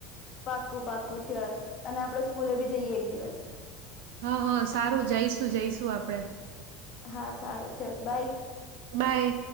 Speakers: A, on the left; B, on the right.
A: પાકું પાકું શ્યોર અને આપણે સ્કૂલે પણ જઈએ. એક દિવસ.
B: હા હા સારું જઈશું જઈશું આપણે.
A: હા.. સારું.. ચાલ, બાય..
B: બાય